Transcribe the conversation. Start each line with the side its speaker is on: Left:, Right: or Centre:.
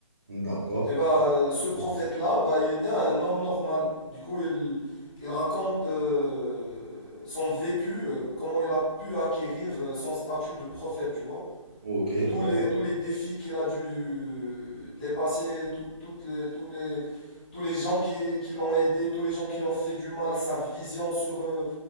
Right: D'accord.
Centre: Et ben euh, ce prophète-là, bah, il était un homme normal. Du coup, il, il raconte euh, son vécu, euh, comment il a pu acquérir euh, son statut de prophète, tu vois.
Right: Ok.
Centre: Tous
Right: D'accord.
Centre: les, tous les défis qu'il a dû euh, dépasser, tout- toutes les, tous les, tous les gens qui, qui l'ont aidé, tous les gens qui l'ont fait du mal, sa vision sur euh,